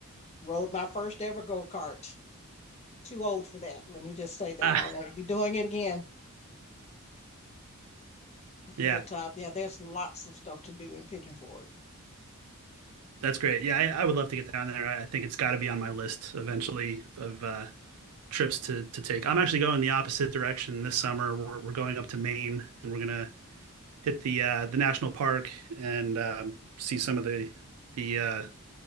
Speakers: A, on the left; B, on the right.
A: rode my first ever go-kart too old for that. Let me just say that.
B: Ah,
A: I won't be doing it again.
B: yeah,
A: But uh, yeah, there's lots of stuff to do in Pigeon Forge.
B: that's great. Yeah, I, I would love to get down there. I, I think it's got to be on my list eventually of uh, trips to to take. I'm actually going the opposite direction this summer. We're we're going up to Maine and we're gonna hit the uh, the national park and um, see some of the the uh,